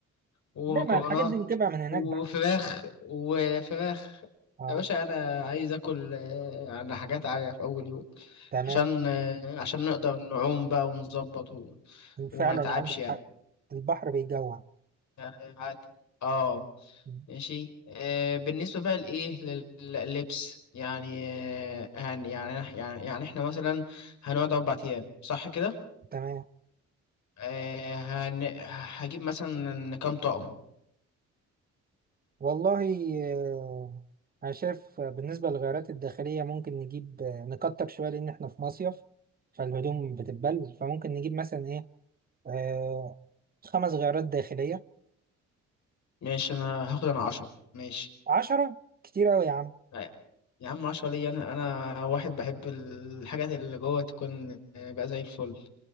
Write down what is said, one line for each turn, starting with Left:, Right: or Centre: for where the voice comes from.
Left: ومكرونات
Right: لا ما الحاجات دي نجيبها من هناك
Left: وفراخ
Right: بقى
Left: وفراخ
Right: آه
Left: يا باشا انا عايز اكل آه، على حاجات عالية في اول يوم
Right: تمام
Left: عشان آه، عشان نقدر نعوم بقى ونظبط و...
Right: وفعلا
Left: وما نتعبش
Right: عندك
Left: يعني
Right: حق البحر بيجوع
Left: يعني عادي. اه
Right: م،
Left: ماشي آه بالنسبة بقى لإيه لل- لللبس يعني آه هن يعني يعني يعني إحنا مثلا هنقعد أربع أيام صح كده؟
Right: تمام
Left: آه هن هجيب مثلا كام طقم
Right: والله آه، أنا شايف بالنسبة للغيارات الداخلية ممكن نجيب آه، نكتر شوية لأن إحنا في مصيف فالهدوم بتتبل فممكن نجيب مثلا إيه آه خمس غيارات داخلية
Left: ماشي أنا هاخد أنا عشرة ماشي
Right: عشرة كتير أوي يا عم
Left: أي- يا عم عشرة ليا انا انا واحد بحب الحاجات اللي جوه تكون بقى زي الفل